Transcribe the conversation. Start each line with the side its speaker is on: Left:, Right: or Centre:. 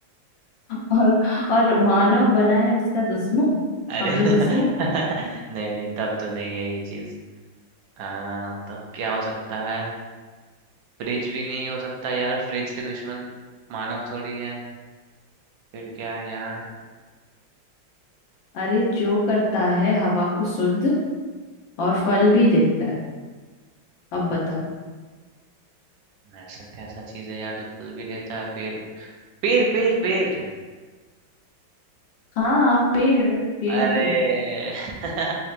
Left: और और मानव बना है उसका दुश्मन
Right: अरे
Left: हम लोग
Right: <laughs> नहीं
Left: दुश्मन
Right: नहीं तब तो नहीं है ये चीज आ, तब क्या हो सकता है फ्रिज भी नहीं हो सकता यार फ्रिज के दुश्मन मानव थोड़ी है फिर क्या है यार
Left: अरे जो करता है हवा को शुद्ध और फल भी देता है अब बताओ
Right: ऐसा कैसा चीज है यार जो फल भी देता है पेड़ पेड़ पेड़ पेड़
Left: हाँ पेड़ पेड़
Right: अरे
Left: ही तो होगा
Right: <laughs>